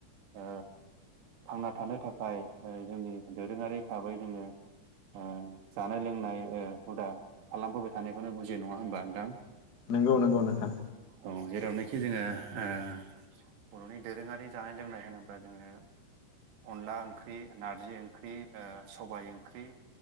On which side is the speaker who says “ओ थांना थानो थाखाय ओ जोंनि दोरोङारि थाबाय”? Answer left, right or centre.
Right